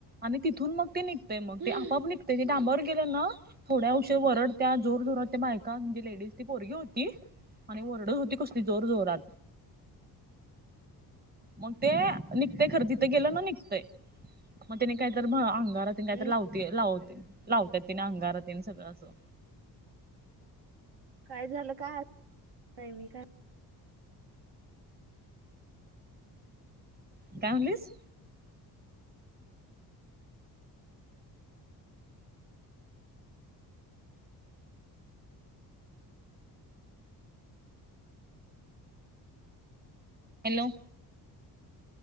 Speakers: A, on the right; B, on the right.
A: आणि तिथून मग ते निघतय मग
B: हम्म
A: ते आपा आप निघतंय ते डांबवर गेलं ना. थोड्या उशी वरडत्या जोर जोरात ते बायका. का म्हणजे लेडीज ती पोरगी होती आणि वरडच होती कसली जोर जोरात. मग ते निघतेय खर तिथं गेलं ना निघतंय. मग त्याने काहीत अंगारात काय
B: हम्म
A: तर लाव लावते लावतात तिने अंगारात सगळं असं.
B: काय झालं का नाही मी काय.
A: काय म्हलीस. Hello.